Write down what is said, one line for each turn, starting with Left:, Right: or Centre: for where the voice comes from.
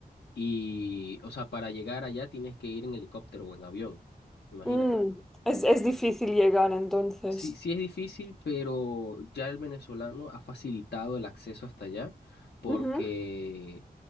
Left: y, o sea, para llegar allá tienes que ir en helicóptero o en avión, imagínate.
Centre: Mm, Es, es difícil llegar entonces.
Left: Sí, sí es difícil, pero ya el venezolano ha facilitado el acceso hasta allá porque
Centre: Ujú.